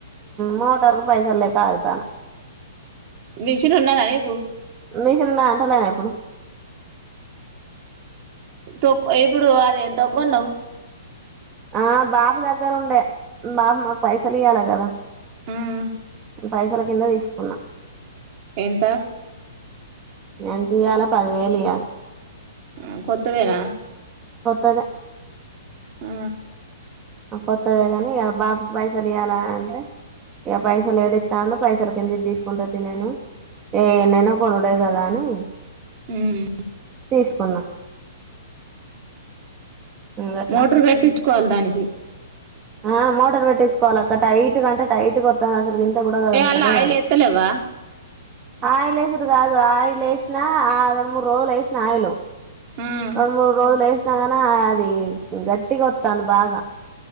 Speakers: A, on the right; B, on the right.
A: మోటార్కు పైస లేక ఆగుతాన్న
B: మిషన్ ఉన్నదా నీకు
A: మీషన్ నాంటాలా నేనిప్పుడు
B: త ఇప్పుడు అది ఎంత కొన్నావ్
A: ఆ బాబు దగ్గర ఉండే బాబు మాకు పైసలు ఇయ్వాలె కదా
B: ఉమ్
A: పైసల కింద తీసుకున్నాం
B: ఎంత
A: ఎంత ఇయాల పదివేలు ఇయ్వాల
B: ఊ కొత్త దేనా
A: కొత్తదే
B: ఊ
A: కొత్తదే కాని ఇక బాప పైసలు ఇయ్యాల అంటే ఇక పైసలు ఏడిస్తా అం పైసలు కింద ఇ తీసుకుంటతి నేను ఏ ఎన్నైనా కొనుడే కదా అని
B: ఉమ్
A: తీసుకున్నా ఇంగట్లా
B: మోటర్ కట్టించుకోవాలి దానికి
A: ఆ మోటర్ పెట్టటిేసుకోవాలి అక్క టైట్ కంటే టైట్ వస్తుంది అసలు కూడ కాదుంతల
B: ఏ అల్ల ఆయిల్
A: ది
B: ఎత్తలేవా
A: ఆయిల్ వేసడు కాదు ఆయిల్ వేసినా ఆ రెండు మూడు రోజులు వేసినా ఆయిల్
B: ఉమ్
A: రెండు మూడు రోజులు వేసినా న అది గట్టిగా వస్తుంది బాగా